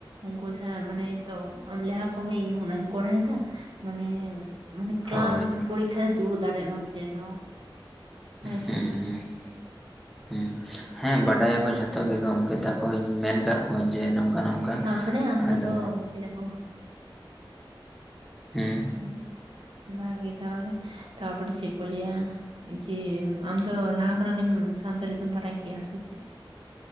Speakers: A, on the right; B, in the centre.
A: ᱩᱱᱠᱩ ᱥᱟᱶ ᱢᱟᱱᱮ ᱛᱚ ᱟᱢ ᱞᱮᱦᱟ ᱠᱚᱢᱮ ᱤᱧᱦᱚ ᱚᱱᱟᱧ ᱠᱚᱨᱟᱣᱮᱫᱟ ᱢᱟᱱᱮ ᱢᱟᱱᱮ ᱠᱮᱞᱟᱥ
B: ᱦᱳᱭ
A: ᱢᱟᱱᱮ ᱯᱚᱨᱤᱠᱠᱷᱟ ᱨᱮ ᱫᱩᱲᱩᱵ ᱫᱟᱲᱮᱜ ᱢᱟᱢ ᱡᱮᱱᱚ᱾ ᱫᱟᱲᱮ
B: ᱦᱮᱸ
A: ᱠᱮᱜᱼᱟᱢ
B: ᱦᱮᱸ ᱦᱮᱸ ᱦᱮᱸ ᱵᱟᱰᱟᱭᱟᱠᱚ ᱡᱷᱚᱛᱚ ᱜᱮ ᱜᱚᱢᱠᱮ ᱛᱟᱠᱚᱧ ᱢᱮᱱ ᱠᱟᱜ ᱠᱚ ᱚᱣᱧ ᱡᱮ ᱱᱚᱝᱠᱟ ᱱᱚᱝᱠᱟ
A: ᱛᱟᱯᱚᱨᱮ ᱟᱢ
B: ᱟᱫᱚ
A: ᱫᱚ ᱪᱮᱞᱮ ᱠᱚ?
B: ᱦᱮᱸ
A: ᱦᱮᱸ ᱵᱷᱟᱹᱜᱤ ᱛᱟᱦᱚᱞᱮ ᱛᱟᱨᱯᱚᱨ ᱪᱮᱜ ᱠᱚ ᱞᱟᱹᱭᱟ᱾ ᱡᱮ ᱟᱢ ᱫᱚ ᱞᱟᱦᱟ ᱠᱷᱚᱱᱟᱜ ᱜᱮᱢ ᱥᱟᱱᱛᱟᱲᱤ ᱛᱮᱢ ᱵᱟᱲᱟᱭ ᱠᱮᱭᱟ ᱥᱮ ᱪᱮᱫ?